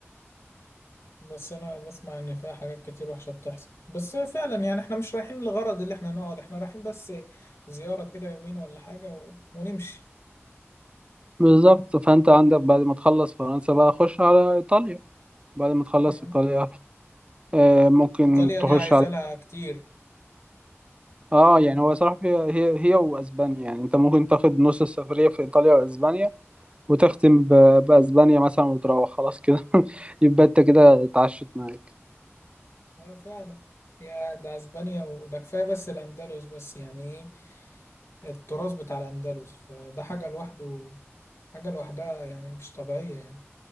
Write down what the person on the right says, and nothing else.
بالظبط فأنت عندك بعد ما تخلص فرنسا بقى خش على إيطاليا بعد ما تخلص
إيطاليا آه، ممكن
تخش
على
اه يعني هو صراحة في- هي هي واسبانيا يعني انت ممكن تاخد نص السفرية في ايطاليا واسبانيا وتختم ب- باسبانيا مثلا وتروح خلاص كده <laughs> يبقى انت كده اتعشت معاك